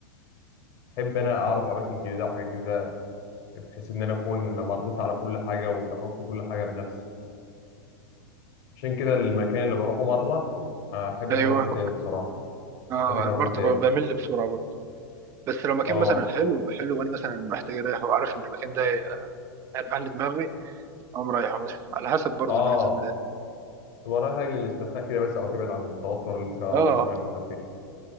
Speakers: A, on the left; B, on the right.
A: احب انا اعرف اماكن جديده وحاجات جديده بحيث ان انا اكون مريت على كل حاجه وجربت كل حاجه بنفسي عشان كده المكان اللي بروحه مره آه، ما احبش
B: ايوه
A: اروحه تاني بصراحه
B: اه
A: ما احبش
B: انا
A: اروحه
B: برضه
A: تاني
B: ب- بمل بسرعه برضه بس لو مكان
A: اه
B: مثلا حلو حلو وانا مثلا محتاج اريح وعارف ان المكان ده هيريح لي دماغي قام رايح مثلا على حسب برضه
A: اه
B: انا عايز اعمل ايه
A: تبقى رايح لاجل الاسترخاء كده بس او تبعد عن التوتر اللي انت فيه او
B: اه
A: العصبيه اللي انت فيها